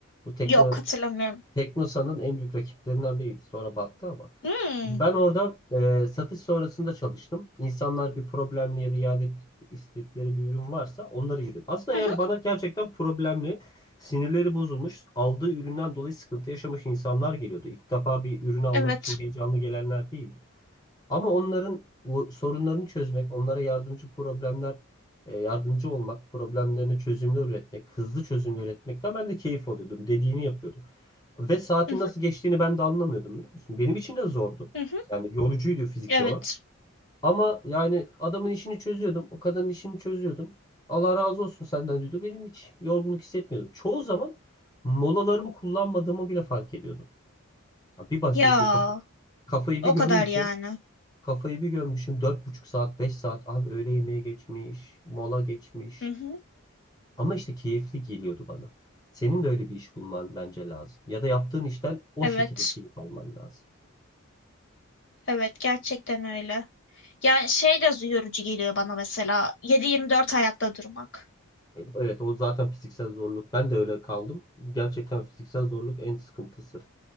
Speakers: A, on the left (about 15°); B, on the left (about 60°).
A: Bu tekno
B: Yok hatırlamıyorum.
A: Teknosa'nın en büyük rakiplerinden biriydi. Sonra battı ama.
B: Hmm.
A: Ben orada e, satış sonrasında çalıştım. İnsanlar bir problemli ya da iade etmek istedikleri bir ürün varsa onları yürüdüm. Aslında
B: Hı
A: yani
B: hı,
A: bana gerçekten problemli, sinirleri bozulmuş, aldığı üründen dolayı sıkıntı yaşamış insanlar geliyordu. İlk defa bir ürün almak
B: Evet.
A: için heyecanlı gelenler değil. Ama onların o sorunlarını çözmek, onlara yardımcı problemler, e, yardımcı olmak, problemlerine çözümler üretmek, hızlı çözümler üretmekten ben de keyif alıyordum. Dediğini yapıyordum. Ve saatin
B: Hı hı,
A: nasıl geçtiğini ben de anlamıyordum biliyor musun? Benim için de zordu.
B: hı hı,
A: Yani yorucuydu fiziksel
B: Evet.
A: olarak. Ama yani adamın işini çözüyordum. O kadının işini çözüyordum. Allah razı olsun senden diyordu. Benim hiç yorgunluk hissetmiyordum. Çoğu zaman molalarımı kullanmadığımı bile fark ediyordum. Ya Bir başmışım
B: Ya
A: kaf- kafayı
B: o
A: bir gömmüşüm.
B: kadar yani.
A: Kafayı bir görmüşüm dört buçuk saat 5 saat abi öğle yemeği geçmiş mola geçmiş
B: Hı hı,
A: ama işte keyifli geliyordu bana. Senin de öyle bir iş bulman bence lazım ya da yaptığın işten o
B: Evet.
A: şekilde keyif alman lazım.
B: Evet gerçekten öyle. Yani şey de yorucu geliyor bana mesela yedi yirmi dört ayakta durmak.
A: Evet o zaten fiziksel zorluk ben de öyle kaldım gerçekten fiziksel zorluk en sıkıntısı.